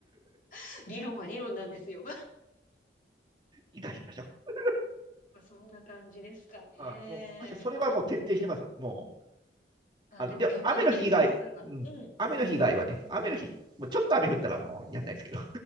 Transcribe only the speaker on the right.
生かしましょう。
あもう、私、それはもう徹底してます。もう、
あの、
でも、雨の日以外、
うん、
雨の日以外はね、雨の日、もうちょっと雨降ったらもうやんないですけど。